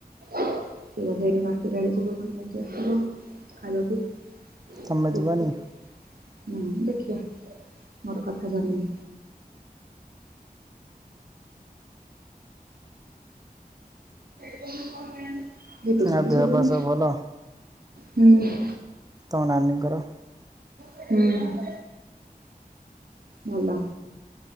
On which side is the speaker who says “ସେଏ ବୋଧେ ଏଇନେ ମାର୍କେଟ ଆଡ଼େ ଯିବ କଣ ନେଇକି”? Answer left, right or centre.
Right